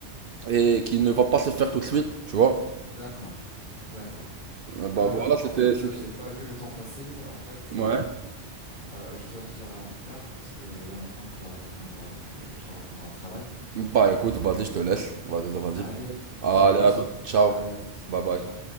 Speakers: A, on the right; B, on the left.
A: et qui ne va pas se faire tout de suite, tu vois.
B: D'accord, d'accord.
A: Euh, Bah
B: Euh,
A: voilà, c'était,
B: en fait,
A: c'était...
B: j'ai pas vu le temps passer. En fait, euh,
A: Ouais.
B: euh, je dois te dire à plus tard parce que là maintenant, je dois rejoindre. Donc, euh, je dois reprendre le travail.
A: Bah écoute, vas-y, je te laisse. Vas-y, vas-y.
B: Allez, on
A: Allez,
B: se dit à plus.
A: à tout. Ciao.
B: Allez, à toutes.
A: Bye bye.
B: Ciao.